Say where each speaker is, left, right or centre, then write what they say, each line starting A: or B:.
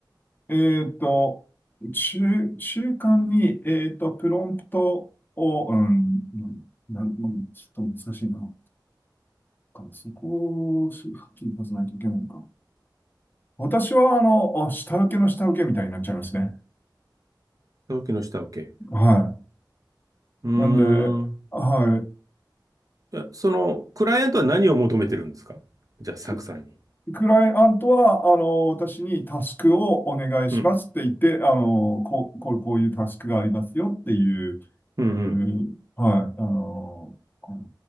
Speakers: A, on the left; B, on the right.
A: い。えっと、中、中間に、えっと、プロンプトを、うん、なん、なんちょっと難しいな。そこをしはっきり出さないといけないのか。私は、あの、あ下請けの下請けみたいになっちゃいますね。
B: 下請けの下請け。
A: は
B: うー
A: い。なんで、
B: ん、
A: はい。
B: えその、クライアントは何を求めてるんですかじゃあ、サクさんに。
A: ククライアントは、あの、私にタスクをお願いしますって言って、
B: うん。
A: あの、こう、こう、こういうタスクがありますよっていう、
B: うんうん。
A: うんはい、あの、あの